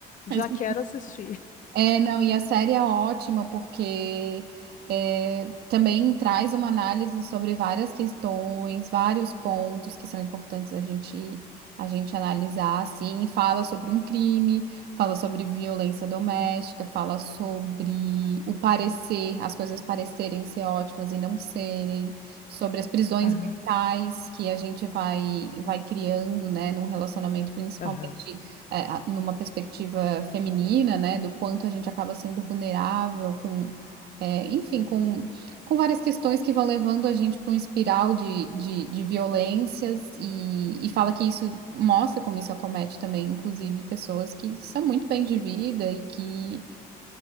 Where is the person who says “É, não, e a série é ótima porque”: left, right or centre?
Right